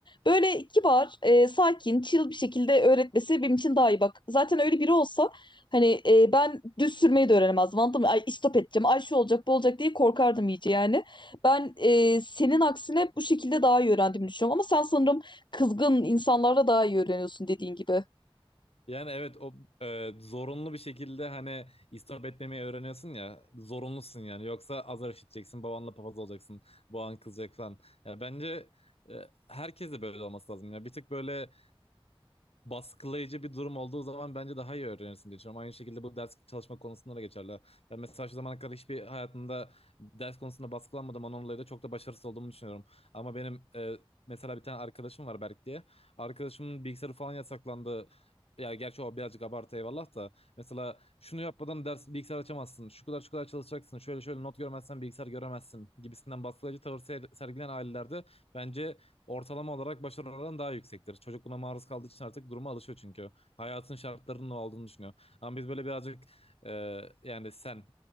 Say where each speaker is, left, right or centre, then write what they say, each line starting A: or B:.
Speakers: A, on the left; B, on the left.
A: Böyle kibar, e, sakin, chill bir şekilde öğretmesi benim için daha iyi bak. Zaten öyle biri olsa hani e, ben düz sürmeyi de öğrenemezdim anladın mı? Ay istop edeceğim, ay şu olacak bu olacak diye korkardım iyice yani. Ben e, senin aksine bu şekilde daha iyi öğrendiğimi düşünüyorum. Ama sen sanırım kızgın insanlarla daha iyi öğreniyorsun dediğin gibi.
B: Yani evet o e, zorunlu bir şekilde hani istop etmemeyi öğreniyorsun ya zorunlusun yani yoksa azar işiteceksin babanla papaz olacaksın baban kızacak falan. Ya bence e, herkese böyle olması lazım ya bir tık böyle baskılayıcı bir durum olduğu zaman bence daha iyi öğrenirsin diye düşünüyorum. Aynı şekilde bu ders çalışma konusunda da geçerli. Ben mesela şu zamana kadar hiçbir hayatımda ders konusunda baskılanmadım. Onunla dolayı da çok da başarısız olduğumu düşünüyorum. Ama benim e, mesela bir tane arkadaşım var Berk diye. Arkadaşımın bilgisayarı falan yasaklandı. Ya gerçi o birazcık abartı eyvallah da. Mesela şunu yapmadan ders bilgisayar açamazsın. Şu kadar şu kadar çalışacaksın. Şöyle şöyle not görmezsen bilgisayar göremezsin gibisinden baskılayıcı tavır ser- sergileyen ailelerde bence ortalama olarak başarı oranı daha yüksektir. Çocuk buna maruz kaldığı için artık duruma alışıyor çünkü. Hayatın şartlarının ne olduğunu düşünüyor. Ama biz böyle birazcık e, yani sen